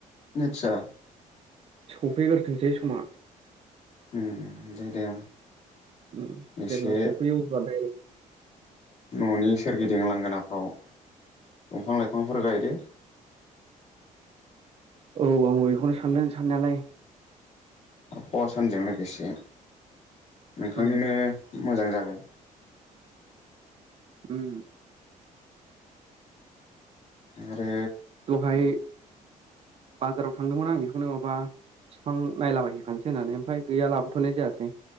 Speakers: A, on the left; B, on the right.
A: आतसा
B: सफैग्रोथोंसै समा।
A: उम दे दे
B: उम
A: एसे
B: जेब्ला <inaudible>
A: न'नि सोरगिदिं लांगोनाफ्राव दंफां-लाइफांफोर गायदो।
B: औ आंबो बेखौनो सानदों साननायालाय।
A: आबहावा सानजों लोगोसे नोंथांनिनो
B: उम
A: मोजां जागोन।
B: उम।
A: आरो
B: दहाय बाजाराव थांदोमोन आं बेखौनो माबा बिफां नायलाबायहैैखानोसै होननानै ओमफ्राय गैया लाबोथ'नाय जायासै।